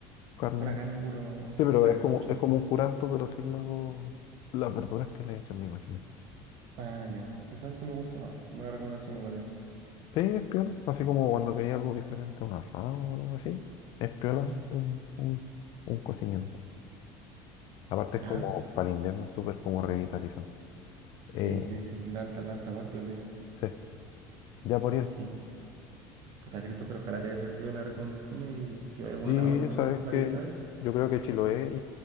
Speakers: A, on the left; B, on the right.
A: carne.
B: pura carne, puro
A: Sí, pero
B: marisco,
A: es como,
B: chao.
A: es como un curanto, pero sin la- las verduras que le echan, me imagino.
B: Ah, ya, quizás eso me gusta más. Buena recomendación igual ahí.
A: Sí, es piola. Así como cuando quería algo diferente, un asado o algo así. Es piola
B: Ujú.
A: hacer un, un, un cocimiento. Aparte
B: Ya,
A: es como para el invierno súper como revitalizante. Eh,
B: sí, sí, sí, lanta, lanta muerto le dicen.
A: sí, ya por ir.
B: Sí, puta Christopher, ojalá te haya servido las recomendaciones y si va a algún
A: Y
B: lado, igual
A: sabes
B: me, me
A: que
B: avisáis.
A: yo creo que Chiloé